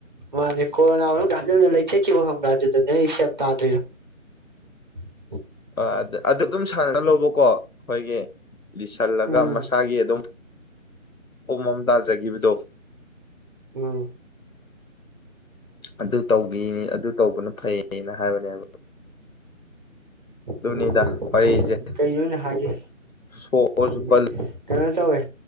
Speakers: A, on the right; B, on the left.
A: ꯃꯥꯅꯦ ꯀ ꯀꯣꯔꯣꯅꯥꯗ ꯂꯩ ꯊꯦꯛꯈꯤꯕꯣꯝ ꯑꯗꯨ ꯅ ꯏꯁꯦꯞ ꯇꯥꯗ꯭ꯣꯏꯔꯣ <unintelligible>
B: ꯑ ꯑꯗꯨ ꯑꯗꯨꯝ ꯁꯥꯟꯅ ꯂꯣꯕꯀꯣ ꯍꯣꯏꯒꯤ ꯂꯤꯁꯜꯂꯒ
A: ꯎꯝ
B: ꯃꯁꯥꯒꯤ ꯑꯗꯨꯝ ꯑꯣꯃꯝ ꯇꯥꯖꯈꯤꯕꯗꯣ
A: ꯎꯝ
B: ꯑꯗꯨ ꯇꯧꯕꯤꯅꯤ ꯑꯗꯨ ꯇꯧꯕꯅ ꯐꯩꯅ ꯍꯥꯏꯕꯅꯦꯕ ꯑꯗꯨꯅꯤꯗ
A: ꯎꯝ
B: ꯑꯩꯁꯦ
A: ꯀꯩꯅꯣ ꯑꯩꯅ ꯍꯥꯏꯒꯦ
B: ꯁꯣꯔꯁꯨ
A: ꯎꯝ
B: ꯄꯜꯂ
A: ꯀꯩꯅꯣ ꯇꯧꯋꯦ